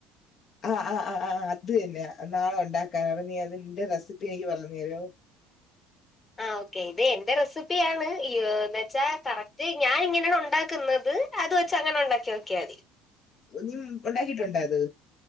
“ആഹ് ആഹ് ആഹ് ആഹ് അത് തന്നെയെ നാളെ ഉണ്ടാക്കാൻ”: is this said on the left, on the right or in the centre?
Left